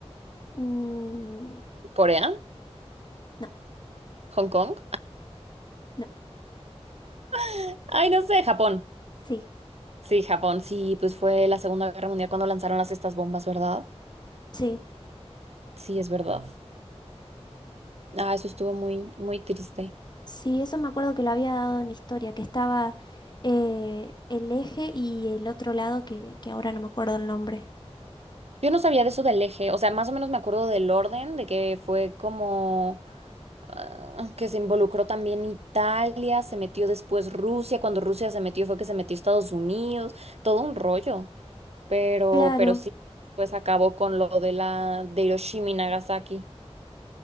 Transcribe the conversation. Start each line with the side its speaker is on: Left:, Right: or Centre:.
Left: Mm,
Right: ¿Corea?
Left: no,
Right: ¿Hong Kong?
Left: no.
Right: <laughs> Ay, no sé, Japón.
Left: Sí,
Right: Sí, Japón, sí, pues fue la Segunda Guerra Mundial cuando lanzaron las estas bombas, ¿verdad?
Left: sí.
Right: Sí, es verdad. Ah, eso estuvo muy, muy triste.
Left: Sí, eso me acuerdo que lo había dado en historia, que estaba eh, el eje y el otro lado que, que ahora no me acuerdo el nombre.
Right: Yo no sabía de eso del eje, o sea, más o menos me acuerdo del orden, de que fue como ah, que se involucró también Italia, se metió después Rusia, cuando Rusia se metió fue que se metió Estados Unidos, todo un rollo. pero,
Left: Claro.
Right: pero sí, pues acabó con lo de la de Hiroshima y Nagasaki.